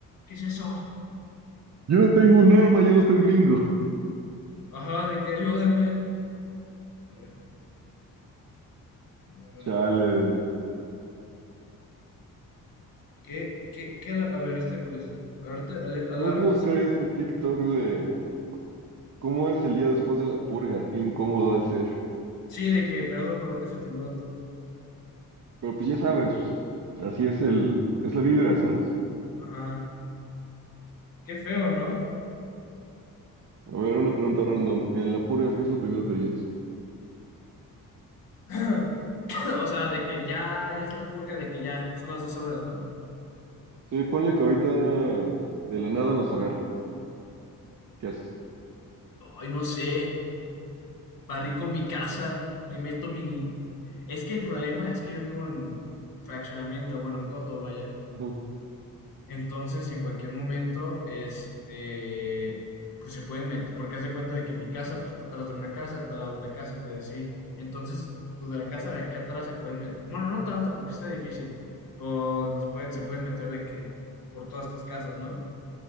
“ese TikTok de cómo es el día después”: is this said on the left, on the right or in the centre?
Right